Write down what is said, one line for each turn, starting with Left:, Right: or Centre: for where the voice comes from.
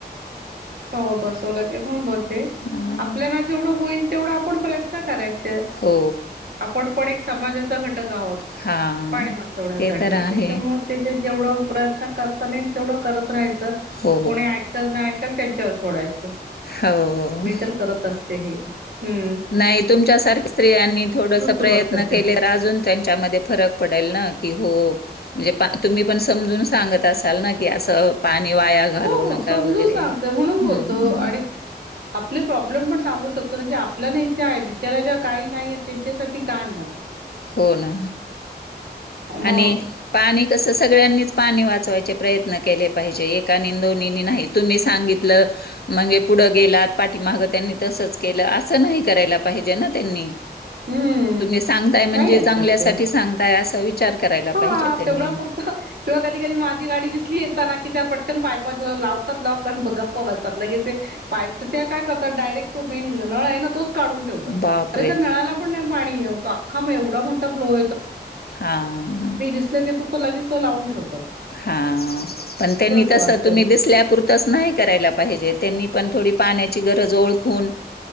Right: हो बसवलं गे म्हणून बोलते
Left: हां.
Right: आपल्याला जेवढं होईल तेवढं आपण प्रयत्न करायच.
Left: हो.
Right: आपण पण एक समाजच. घटक आहोत
Left: हां.
Right: पाणी वाचवण्यासाठी
Left: ते तर आहे.
Right: त्याच्यामुळे त्याच्या जेवढ प्रत- करता नाही तेवढं करत रायच
Left: हो,
Right: कोणी ऐकाल ना ऐकाल त्यांच्यावर सोडायच.
Left: हो.
Right: मी तर करत असते हे ह्म्म्म.
Left: नाही तुमच्यासारख्या स्त्रियांनी थोडस
Right: सुरुवात
Left: प्रयत्न
Right: करते
Left: केले तर अजून त्यांच्यामध्ये फरक पडेल ना. हो म्हणज त पण समजून सांगत असाल ना की असं पाणी वाया घालू
Right: हो हो
Left: नका
Right: समजून
Left: वगैरे.
Right: सांगते
Left: हम्म
Right: म्हणून बोलतो
Left: हम
Right: आणि आपले प्रॉब्लेम पण सांगू शकतो ना की आपल्या ना इथे आहे बिचाराच्या काही नाहीय त्यांच्यासाठी काय मग.
Left: हो ना
Right: मग
Left: आणि पाणी कस सगळ्यांनीच. पाणी वाचवायचे प्रयत्न केले पाहिजे एकानी दोननी नाही तुम्ही सांगितलं म्हणजे पुढ गेलात पाठी माहागं त्यांनी तसच केलं असं नाही करायला पाहिजे ना त्यांनी.
Right: हम्म
Left: तुम्ही सांगताय म्हणजे
Right: नाही ऐकत
Left: चांगल्यासाठी
Right: ते
Left: सांगताय असा विचार. करायला
Right: हा
Left: पाहिजे त्यांनी.
Right: तेवढा पुरत किंवा कधी कधी माझी गाडी दिसली यता ना कि त्या पटकन पायपा लावत. <unintelligible> गप्प बसतात लगेच ते पाईप चं काय करतात डायरेक्ट तो मेन नळ आहे ना तोच. काढून ठेवत
Left: बापरे!
Right: अरे त्या नळाला पण पाणी नाही येत आखा एवढा मो फ्लो.
Left: हा हा
Right: असले की तो लगेच तो लावून ठेवतो.
Left: हा पण त्यांनी तस
Right: वाचतंय
Left: तुम्ही दिसल्यापुरतंच नाही करायला पाहिजे त्यांनी. पण थोडी पाण्याची गरज ओळखून.